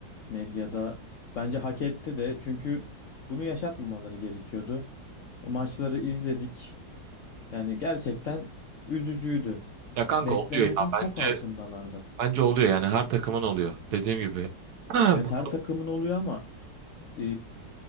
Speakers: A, on the left (about 65°); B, on the right (about 65°).
A: medyada. Bence hak etti de çünkü bunu yaşatmamaları gerekiyordu. O maçları izledik. Yani gerçekten üzücüydü.
B: ya kanka
A: Beklenenin
B: oluyor ya
A: çok
B: bence
A: altındalardı.
B: Bence oluyor yani her takımın oluyor. Dediğim gibi. <clears throat> Bu-
A: Evet her takımın oluyor ama e,